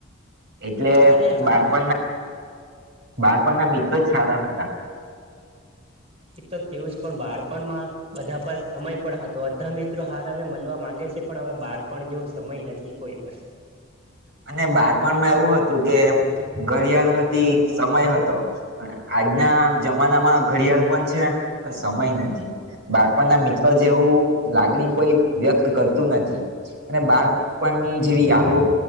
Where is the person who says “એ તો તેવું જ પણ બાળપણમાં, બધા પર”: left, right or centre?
Right